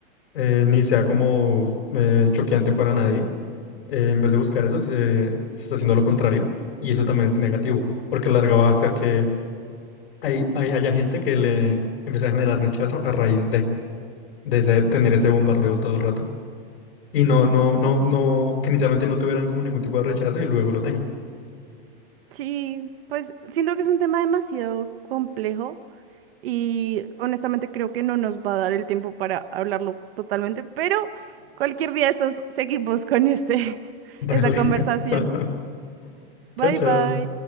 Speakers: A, on the left; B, on the right.
A: eh, ni sea como eh, choqueante para nadie. eh, en vez de buscar eso, se, se está haciendo lo contrario y eso también es negativo, porque a la larga va a hacer que hay, hay, haya gente que le empieza a generar rechazo a raíz de, de ese- tener ese bombardeo todo el rato. Y no, no, no, no, que inicialmente no tuvieran como ningún tipo de rechazo y luego lo tengan.
B: Sí, pues siento que es un tema demasiado complejo y honestamente creo que no nos va a dar el tiempo para hablarlo totalmente, pero cualquier día de estos seguimos con este, <laughs>
A: Dale.
B: esa conversación.
A: <laughs>
B: Bye
A: Chao, chao.
B: bye.